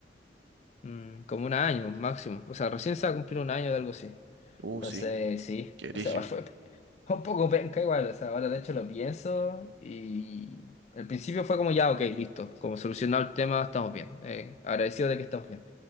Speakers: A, on the left; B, on the right.
A: mm, como un año máximo, o sea, recién se va a cumplir un año de algo así,
B: Uh,
A: entonces
B: sí,
A: sí,
B: qué erigio.
A: o sea, igual fue <laughs> un poco penca igual, o sea, ahora de hecho lo pienso y al principio fue como ya, ok, listo, como solucionado el tema, estamos bien, eh, agradecido de que estamos bien,